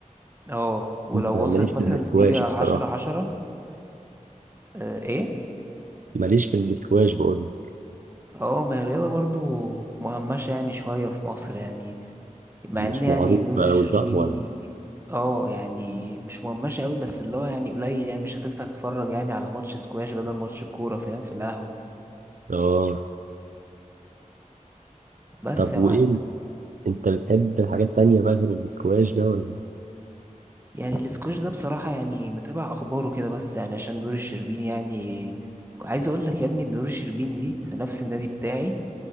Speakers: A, on the right; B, on the right.
A: اه ولو
B: أنا
A: وصلت
B: ماليش في
A: مثلا
B: الاسكواش
A: نتيجة
B: الصراحه
A: عشرة عشرة آه ايه
B: ماليش في الاسكواش بقول لك.
A: اه ما هي الرياضة برضو مهمشة يعني شوية في مصر يعني مع
B: مش
A: ان يعني
B: معروف
A: نور الشربيني
B: قوي صح ولا
A: اه يعني مش مهمشة قوي بس اللي هو يعني قليل يعني مش هتفتح تتفرج يعني على ماتش سكواش بدل ماتش الكورة فاهم في القهوة
B: اه
A: بس
B: طب
A: يا
B: وايه
A: معلم
B: انت بتحب الحاجات التانية بقى غير الاسكواش ده ولا
A: يعني الاسكواش ده بصراحة يعني متابع أخباره كده بس يعني عشان نور الشربيني يعني عايز أقول لك يا ابني إن نور الشربيني دي في نفس النادي بتاعي